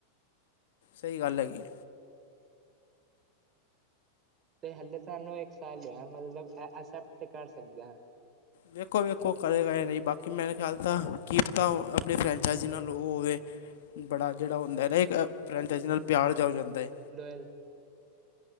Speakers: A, on the left (about 70°); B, on the right (about 30°).
A: ਸਈ ਗੱਲ ਹੈਗੀ।
B: ਤੇ ਹਲੇ ਤੁਹਾਨੂੰ ਇੱਕ ਸਾਲ ਲਿਆ ਮਤਲਬ ਅ ਅਸੈਪਟ ਤੇ ਕਰ ਸਕਦੇ ਆ।
A: ਵੇਖੋ-ਵੇਖੋ ਕਰੇਗਾ ਯਾਂ ਨਈ ਬਾਕੀ ਮੇਰੇ ਖਿਆਲ ਤਾਂ ਕੀ ਪਤਾ ਆਪਣੀ ਫਰੈਂਚਾਈਜ਼ ਨਾਲ ਓ ਹੋਵੇ ਬੜਾ ਜੇੜਾ ਹੁੰਦਾ ਐ ਨਾ ਇੱਕ ਫਰੈਂਚਾਈਜ਼ ਨਾਲ ਪਿਆਰ ਜਾ ਹੋ ਜਾਂਦਾ ਏ।
B: ਲੋੋਇਲ।